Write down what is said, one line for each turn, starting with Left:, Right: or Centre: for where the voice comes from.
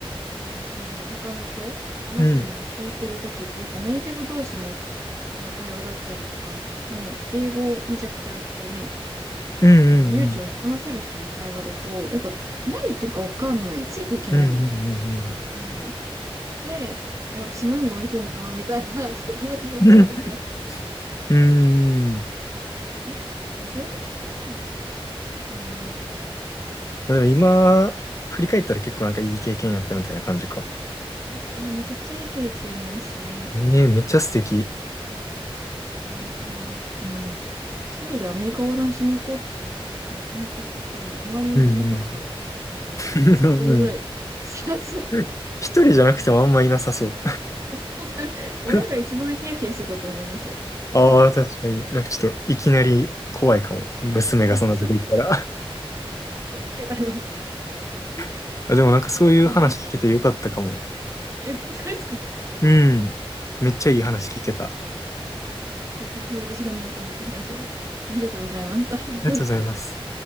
Right: あの、その他の人が話してるの聞いてる時ってやっぱネイティブ同士の
Left: うん、
Right: あの会話だったりとか、もう英語めちゃくちゃこうね、
Left: うん、
Right: あの、流暢に話せる人の会話だと、
Left: うん、
Right: やっぱ何言ってるかわかんない。ついていけない。
Left: うん、うん、うん、うん、
Right: うん。で、いや私何言われてんのかなみたいな、<laughs> ちょっと不安に思うときは
Left: うん。うん。
Right: ありましたね。でもそれがかな。うん。
Left: <laughs> まあでも今、振り返ったら結構なんかいい経験やったみたいな感じか。
Right: いや、めちゃくちゃいい経験ですね。
Left: ねえ、めっちゃ素敵。
Right: いや、あの、あのうん。うん一人でアメリカ横断しに行こうっていう人ってなかなかやっぱり周りいなかったので、
Left: うんうんうん。
Right: 私一人ぐらい知らず、
Left: <laughs> 一人じゃなくてもあんまいなさそう。
Right: <laughs> そう親が一番ヒヤヒヤしてたと思いますよ。
Left: <laughs> ああ、確かに。なんかちょっといきなり怖いかも。娘がそんなとこ行ったら。
Right: そうそうはって言われました。
Left: <laughs> あ、でもなんかそういう話聞けてよかったかも。
Right: <laughs> え、本当ですか <laughs>
Left: うん。めっちゃいい話聞けた。
Right: 結局私がなんかめっちゃ話してた。ありがとうございます。<laughs>
Left: りがとうございます。